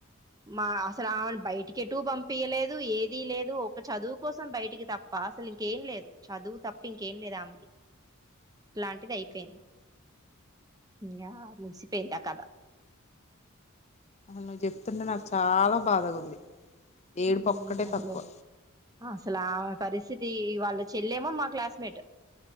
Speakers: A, on the right; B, on the left.
A: మా అసలు ఆమెను బయటికి ఎటటు పంపయలేదు ఏదిీ లేదు ఒక చదువు కోసం బయటికి తప్ప అసలు ఇంకేం లేదు చదువు తప్ప ఇంకేం లేదు ఆమెకి ఇలాంటిది అయిపోయింది ఇంగ ముగిసిపోయింది ఆ కధ
B: అసలు నువ్వు చెప్తుంటే నాకు చాలా బాధగా ఉంది ఏడుపు
A: ఉ
B: ఒక్కటే
A: అసలు
B: తక్కువ
A: ఆ అసలు ఆమే పరిస్థితి వాళ్ళ చెల్లేమో మా క్లాస్మేట్